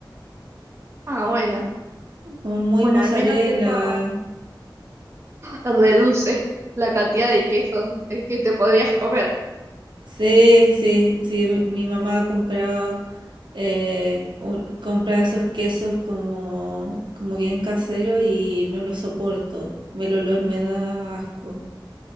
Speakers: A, on the right (about 35°); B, on the right (about 75°).
A: Ah, bueno.
B: como muy
A: Bueno,
B: mozzarella,
A: al menos eso reduce la cantidad de quesos eh, que te podrías comer.
B: Sí, sí, sí, mi, mi mamá compraba, eh, un- compraba esos quesos como, como bien caseros y no los soporto. El olor me da asco.